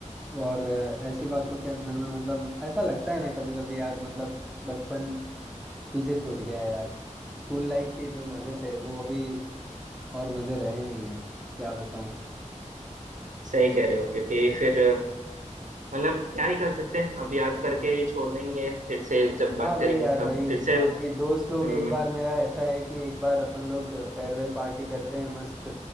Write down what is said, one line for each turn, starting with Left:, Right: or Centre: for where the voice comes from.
Centre: और अ, ऐसी बातों के अंदर में मतलब ऐसा लगता है ना कभी कभी यार मतलब बचपन पीछे छूट गया है यार स्कूल लाइफ के जो मजे थे वो अभी और मजे रहे नहीं है क्या बताऊँ
Right: सही कह रहे हो क्योंकि फिर मतलब क्या ही कर सकते हैं अब याद करके छोड़ देंगे फिर से जब बात
Centre: हाँ वही
Right: करेंगे
Centre: यार
Right: तब
Centre: वही
Right: फिर से
Centre: अभी दोस्त
Right: हम्म,
Centre: लोग एक बार मेरा ऐसा है कि एक बार अपन लोग फेयरवेल पार्टी करते हैं मस्त